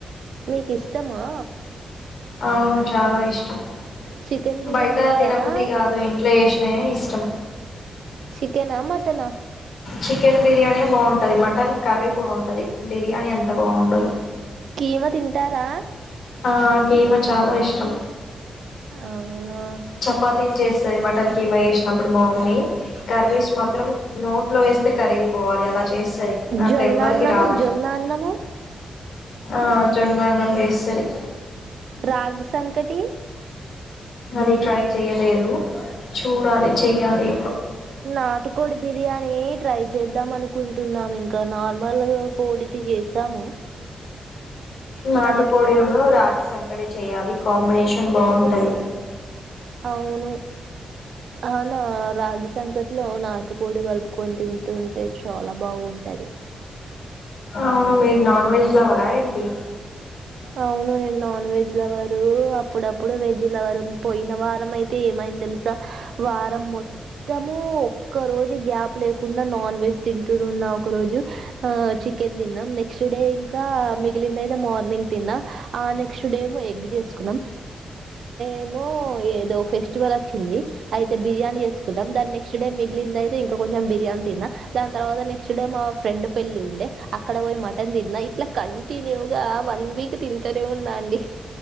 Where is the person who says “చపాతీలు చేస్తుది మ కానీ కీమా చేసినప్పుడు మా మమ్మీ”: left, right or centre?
Left